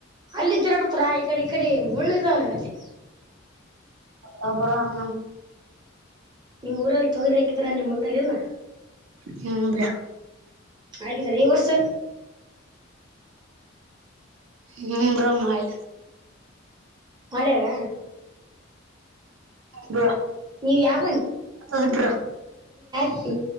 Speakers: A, on the right (about 20°); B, on the right (about 75°).
A: ಅಲ್ಲಿ ತಿರಡತರಾ ಈ ಕಡೆ ಈ ಕಡೆ ಮುಳ್ಳಿದಲ್ಲ ಅಲ್ಲಿ
B: ಹರ <unintelligible>
A: ನಿಮ್ ಊರಲ್ಲಿ <unintelligible> ಕಿದ್ರ ನಿಮ್ಮ <unintelligible>
B: ಹ್ಮ್
A: ಹಾಕಿದ್ರ ಈ ವರ್ಸ್
B: ಹ್ಮ ಬ್ರೋ ಮಲ್
A: ಮಾಡ್ಯಾರ
B: ಹೌ
A: ನೀವ್ ಯಾವ
B: ಯಿದರು <unintelligible>
A: ಹ್ಮ